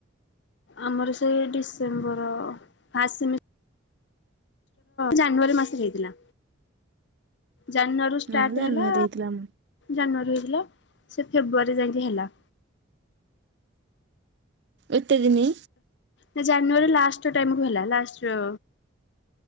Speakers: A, on the left; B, on the right.
A: ଆମର ସେଇ ଡିସେମ୍ବର ଫାଷ୍ଟ୍ ସେମ୍ ଜାନୁଆରୀ ମାସ ହୋଇଥିଲା ଜାନୁଆରୀ ରୁ ଷ୍ଟାଟ
B: ନା ମୁଁ ଜାଣିନୁ
A: ହେଲା
B: ଦେଇଥିଲା ଆମ
A: ଜାନୁଆରୀ ହେଇଥିଲା ସେ ଫେବୃଆରୀ ଯାଇକି ହେଲା।
B: ଏତେ ଦିନି
A: ସେ ଜାନୁଆରୀ ଲାଷ୍ଟ ଟାଇମକୁ ହେଲା ଲାଷ୍ଟ।